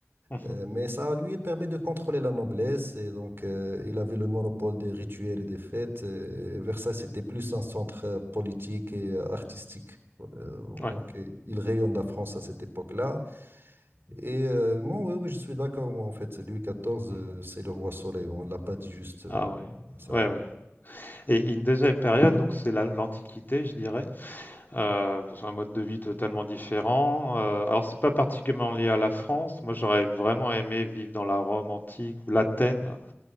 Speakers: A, on the left (about 45°); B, on the right (about 50°).
A: Mhm.
B: Euh, mais ça lui permet de contrôler la noblesse, et donc euh, il avait le monopole des rituels et des fêtes. euh, et Versailles, c'était plus un centre euh, politique et euh, artistique. Euh,
A: Ouais.
B: donc, euh, il rayonne la France à cette époque-là. Et euh, moi, oui, oui, je suis d'accord, moi, en fait. C'est Louis XIV,
A: Mhm.
B: euh, c'est le roi soleil. On ne l'a pas dit juste euh,
A: Ah ouais,
B: comme ça.
A: ouais, ouais. Et une deuxième période, donc c'est la- l'Antiquité, je dirais. Euh, parce qu'un mode de vie totalement différent. Euh, alors c'est pas particulièrement lié à la France. Moi, j'aurais vraiment aimé vivre dans la Rome antique ou l'Athènes.